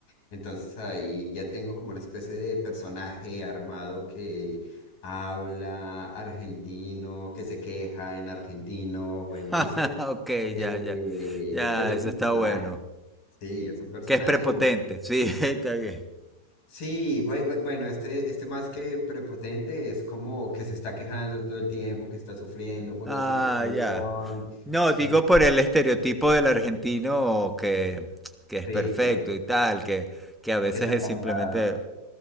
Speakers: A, on the left; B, in the centre.
A: entonces ahí ya tengo como una especie de personaje armado que habla argentino, que se queja en argentino, bueno,
B: <laughs>
A: ¿viste?
B: Ok,
A: Eh,
B: ya, ya. Ya,
A: pero es
B: eso
A: un
B: está
A: personaje,
B: bueno.
A: sí, es un personaje
B: Que es prepotente, sí, <laughs> está bien.
A: Sí, bue- bue- bueno, este, este más que prepotente es como que se está quejando todo el tiempo, que está sufriendo por
B: Ah,
A: la situación,
B: ya. No, digo
A: eh,
B: por el estereotipo del argentino que, que es
A: sí,
B: perfecto
A: que,
B: y tal, que, que a veces
A: que es agrandado.
B: es simplemente